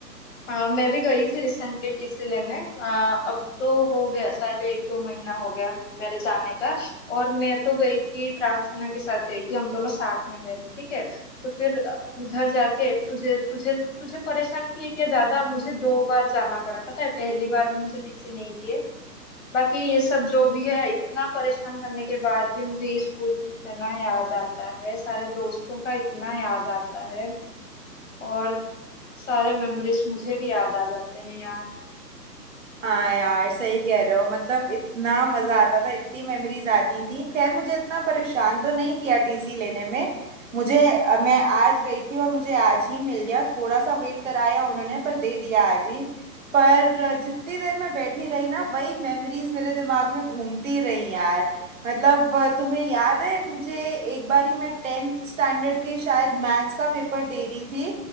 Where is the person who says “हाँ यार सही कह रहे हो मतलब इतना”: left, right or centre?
Right